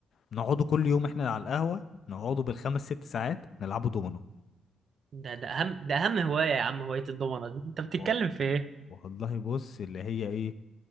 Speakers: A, on the left (about 55°); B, on the right (about 50°).
A: نقعدوا كل يوم احنا على القهوة نقعدوا بالخمس ست ساعات نلعبوا دومينو
B: ده ده اهم ده اهم هواية يا عم هواية الضمنة دي انت بتتكلم
A: و-
B: في ايه
A: والله بص اللي هي ايه